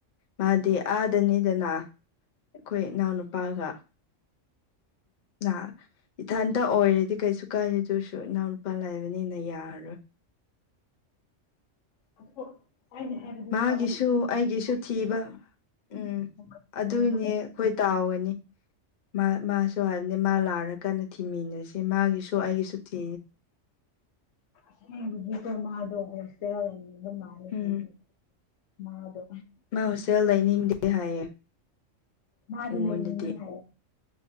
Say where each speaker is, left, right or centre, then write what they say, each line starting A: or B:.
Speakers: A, on the left (about 45°); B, on the left (about 80°).
A: ꯃꯥꯗꯤ ꯑꯥꯗꯅꯤꯗꯅ ꯑꯩꯈꯣꯏ ꯏꯅꯥꯎꯅꯨꯄꯥꯒ ꯂꯥꯛ ꯏꯊꯟꯇ ꯑꯣꯏꯔꯗꯤ ꯀꯩꯁꯨ ꯀꯥꯏꯗꯦ ꯑꯗꯨꯢꯁꯨ ꯏꯅꯥꯎ ꯅꯨꯄꯥ ꯂꯩꯕꯅꯤꯅ ꯌꯥꯔꯔꯣꯏ
B: ꯑꯊꯄ <inaudible> ꯍꯥꯏꯗꯤ ꯍꯥꯏꯕꯅꯤꯒꯣ
A: ꯃꯥꯒꯤꯁꯨ ꯑꯩꯒꯤꯁꯨ ꯊꯤꯕ
B: <unintelligible>
A: ꯎꯝ
B: <unintelligible>
A: ꯑꯗꯨꯅꯦ
B: <unintelligible> <unintelligible> <unintelligible>
A: ꯑꯩꯈꯣꯏ ꯇꯥꯎꯒꯅꯤ ꯃꯥ ꯃꯥ ꯑꯗꯨ ꯍꯥꯏꯕꯅꯤ ꯃꯥ ꯂꯥꯛꯑ ꯀꯟꯗ ꯊꯤꯃꯤꯟꯅꯁꯦ ꯃꯥꯒꯤꯁꯨ ꯑꯩꯒꯤꯁꯨ ꯊꯤ
B: ꯐ ꯃꯥꯥꯗꯣꯒꯣꯁꯇꯝ ꯃꯅꯤꯁ
A: ꯎꯝ
B: <unintelligible> <unintelligible> ꯃꯥꯗꯣ
A: ꯃꯥ ꯍꯣꯁꯇꯦꯜ ꯂꯩꯅꯤꯡꯗꯦ ꯍꯥꯏꯌꯦ
B: ꯃꯥꯗꯤ
A: ꯑꯩꯉꯣꯟꯗꯗꯤ
B: ꯂꯩꯅꯤꯡꯉꯤ ꯍꯥꯢꯌꯦ